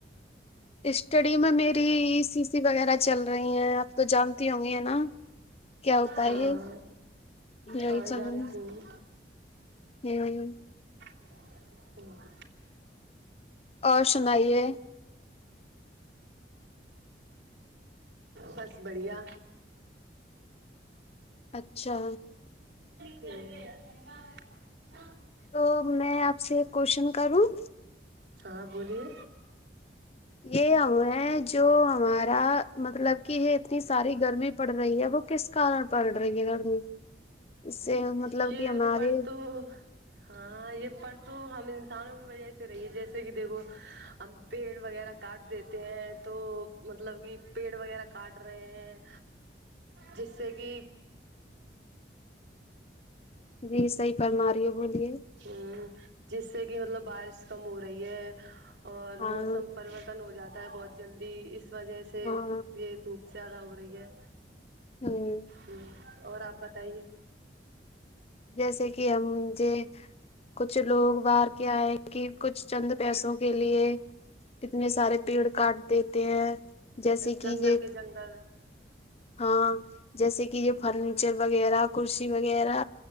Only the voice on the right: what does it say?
ہاں
ہاں
جانتی ہوں
ہاں
بس بڑھیا
<unintelligible>
ہاں بولیے
یہ
پڑھ تو ہاں یہ پڑھ تو ہم انس سانوں کی وجہ سے رہی ہے جیسے کہ دیکھو اب پیڑ وغیرہ کاٹ دیتے ہیں تو مطلب کہ پیڑ وغیرہ کاٹ رہے ہیں جس سے کی
ہوں جس سے کہ مطلب بارش کم ہو رہی ہے اور
موسم پرورتن ہو جاتا ہے بہت جلدی اس وجہ سے
یہ دھوپ زیادہ ہو رہی ہے
ہوں اور اپ بتائیے
جنگل
کے جنگل